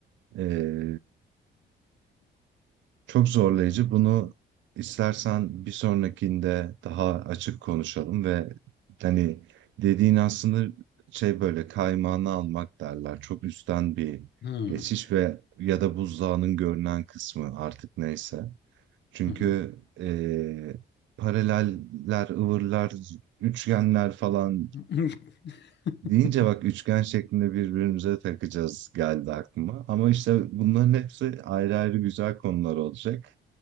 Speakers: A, on the right (about 70°); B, on the left (about 60°).
A: Ee, Çok zorlayıcı. Bunu istersen bir sonrakinde daha açık konuşalım ve hani dediğin aslında şey böyle kaymağını almak derler. Çok üstten bir
B: hmm,
A: geçiş ve ya da buzdağının görünen kısmı artık neyse. Çünkü
B: hı hı.
A: eee, paraleller, ıvırlar, üçgenler falan
B: <laughs>
A: deyince bak üçgen şeklinde birbirimize takacağız geldi aklıma. Ama işte bunların hepsi ayrı ayrı güzel konular olacak